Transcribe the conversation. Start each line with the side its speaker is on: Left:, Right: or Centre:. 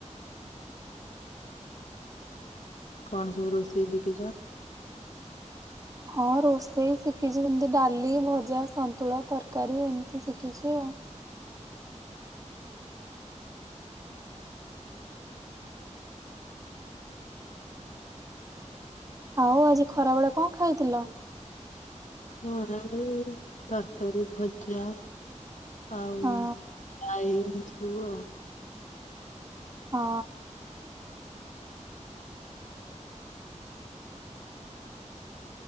Left: କଣ ସବ ରୋଷେଇ ଶିଖିଛ?
Right: ହଁ ରୋଷେଇ ଶିଖିଛି ଯେମତି ଡାଲି ଭଜା ସନ୍ତୁଳା ତରକାରୀ ଏମିତି ଶିଖିଛି ଆଉ। ଆଉ ଆଜି ଖରା ବେଳେ କଁ ଖାଇଥିଲ?
Left: ଖରାବେଳେ ତରକାରୀ ଭଜା ଆାଉ
Right: ହଁ
Left: <unintelligible>
Right: ହଁ।